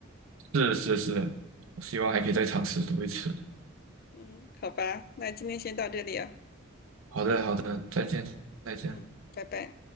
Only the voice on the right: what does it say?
是是是，希望还可以再尝试多一次。
好的好的，再见再见。